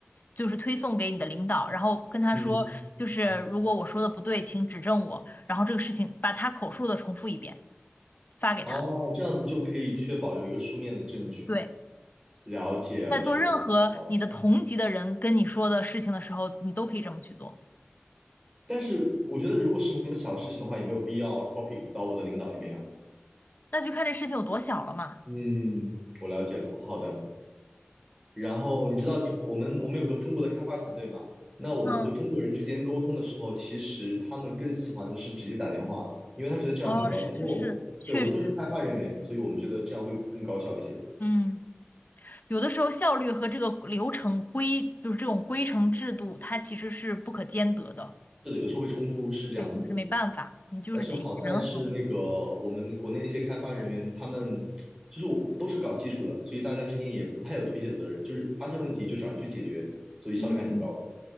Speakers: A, on the left; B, on the right.
A: 就是推送给你的领导，然后跟他说，
B: 嗯，
A: 就是如果我说的不对，
B: 嗯
A: 请指正我，然后这个事情把他口述的重复一遍，发给他。
B: 哦，这样子就可以确保有一个书面的证据。
A: 对，
B: 了解了，
A: 在做任何你的同级的人跟你说的事情的时候，
B: 学到了，知道了。
A: 你都可以这么去做。
B: 但是我觉得，如果是什么小事情的话，也没有必要 copy 到我的领导那边啊。
A: 那就看这事情有多小了嘛。
B: 嗯，我了解了。好的。然后你知道中我们我们有个中国的开发团队嘛？那我们和中国人之间沟通的时候，
A: 嗯，
B: 其实他们更喜欢的是直接打电话，因为他觉得这样很高效。
A: 哦，是是是，
B: 因为我们对我们都是开发人员，
A: 确实，
B: 所以我们觉得这样会更高效一些。
A: 嗯。有的时候效率和这个流程规，就是这种规程制度，它其实是不可兼得的，
B: 是的，有的时候会冲突，是这样子。
A: 对，就是没办法，你就是得权衡。
B: 但是好在是那个我们国内那些开发人员，他们就是我都是搞技术的，所以大家之间也不太有推卸责任，就是发现问题就找人去解决，所以效率还挺高的。
A: 嗯，